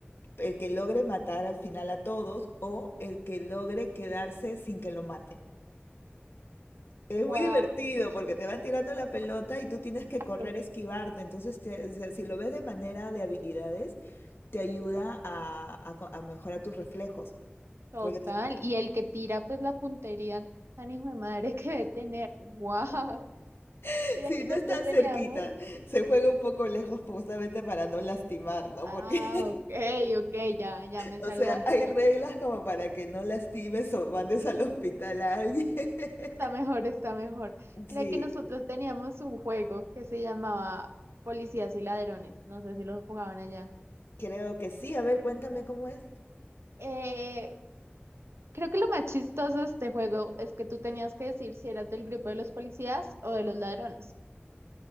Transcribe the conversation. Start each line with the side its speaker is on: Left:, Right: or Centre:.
Left: el que logre matar al final a todos o el que logre quedarse sin que lo maten. Es
Right: Wow.
Left: muy divertido porque te van tirando la pelota y tú tienes que
Right: Claro.
Left: correr, esquivarte. Entonces, te- o sea, si lo ves de manera de habilidades, te ayuda a, a co- a mejorar tus reflejos.
Right: Total.
Left: Porque te-
Right: Y el que tira, pues la puntería tan hijo de madre que debe tener. Wow.
Left: <laughs>
Right: Mira
Left: sí,
Right: que
Left: no
Right: nosotros
Left: es tan
Right: teníamos.
Left: cerquita. Se juega un poco lejos pues, justamente para no lastimar, ¿no?
Right: Ah,
Left: Porque
Right: ok, ok, ya, ya me
Left: O
Right: salvó
Left: sea,
Right: un poquito.
Left: hay reglas como para que no lastimes o mandes al hospital a alguien. <laughs>
Right: Está mejor, está mejor. Mira
Left: Sí,
Right: que nosotros teníamos un juego que se llamaba Policías y Ladrones. No sé si lo jugaban allá.
Left: creo que sí. A ver, cuéntame cómo es.
Right: Eh, creo que lo más chistoso de este juego es que tú tenías que decir si eras del grupo de los policías o de los ladrones.